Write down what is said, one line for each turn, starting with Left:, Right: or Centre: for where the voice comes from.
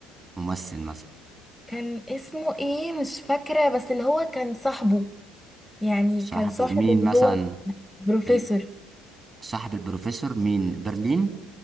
Right: ممثل مثلا
Centre: كان اسمه ايه مش فاكرة بس اللي هو كان صاحبه يعني
Right: صاحبه
Centre: كان صاحب
Right: مين
Centre: اللي
Right: مثلا
Centre: هو بروفيسور
Right: ال- صاحب البروفيسور مين برلين